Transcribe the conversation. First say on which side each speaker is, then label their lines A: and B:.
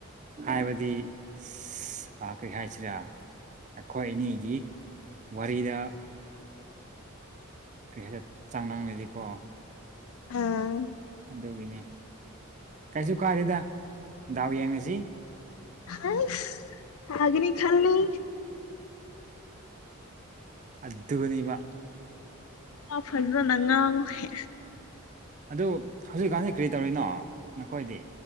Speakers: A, on the right; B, on the left.
A: ꯍꯥꯏꯕꯗꯤ <unintelligible> ꯑ ꯀꯔꯤ ꯍꯥꯏꯁꯤꯔꯥ ꯑꯩꯈꯣꯏ ꯑꯅꯤꯒꯤ ꯋꯥꯔꯤꯔꯥ ꯀꯩ ꯍꯥꯏ ꯆꯥꯡ <unintelligible> ꯀꯣ
B: ꯑꯥ
A: ꯑꯗꯨꯒꯤꯅꯦ ꯀꯩꯁꯨ ꯀꯥꯔꯦꯗ ꯗꯥꯎ ꯌꯦꯡꯉꯁꯤ
B: ꯍꯩꯁ ꯍꯥꯒꯅꯤ ꯈꯜꯂꯤ
A: ꯑꯗꯨꯅꯤꯕ
B: ꯥꯋꯥ ꯐꯖꯅ ꯉꯥꯡꯍꯦ
A: ꯑꯗꯨ ꯍꯧꯖꯤꯛꯀꯥꯟꯖꯤ ꯀꯔꯤ ꯇꯧꯔꯤꯅꯣ ꯅꯈꯣꯏꯗꯤ